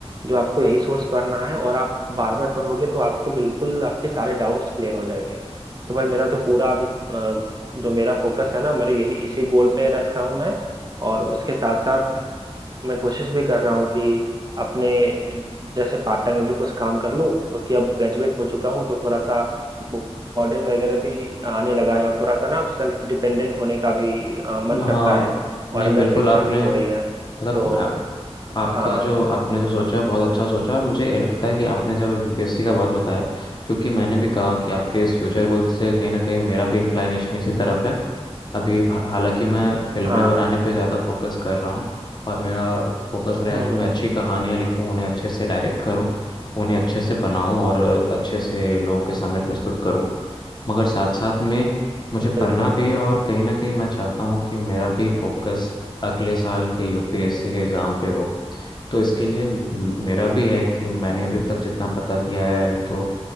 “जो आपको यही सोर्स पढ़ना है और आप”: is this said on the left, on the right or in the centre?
Right